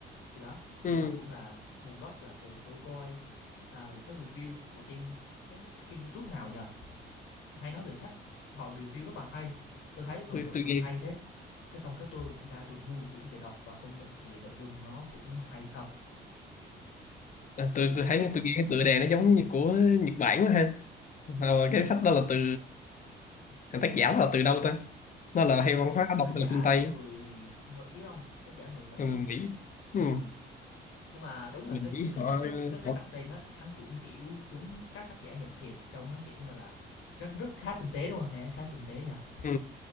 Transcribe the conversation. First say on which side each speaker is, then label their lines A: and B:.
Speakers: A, on the left (about 80°); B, on the left (about 40°).
A: thì đó thì
B: ừ,
A: nó cũng là nguồn gốc là từ tôi coi à, một cái review của trên cái, cái kênh youtube nào nhờ hay nói về sách họ review rất là hay tôi thấy ở
B: tôi,
A: nội
B: tôi
A: dung
B: nghe
A: hay thế cái xong cái tôi cũng ra tôi mua một quyển về đọc và công nhận thì nội dung nó cũng hay thật
B: À,
A: tại
B: tôi,
A: vì
B: tôi thấy tôi nghĩ cái tựa đề nó giống như của Nhật Bản quá ha Ờ, cái sách đó là từ thằng tác giả là từ đâu ta nó
A: tác
B: là
A: giả
B: hay văn hóa
A: tác
B: đông
A: giả
B: hay là phương Tây
A: người mỹ không tác giả người mỹ
B: Còn người Mỹ ừ.
A: ừ nhưng mà đúng là
B: người
A: cái cái
B: Mỹ
A: cái
B: họ,
A: cái cái cái cách
B: họ
A: đặt tên á hắn cũng kiểu giống các tác giả Nhật thiệt trông hắn kiểu như là rất rất khá tinh tế đúng không nghe khá tinh tế nha
B: ừ.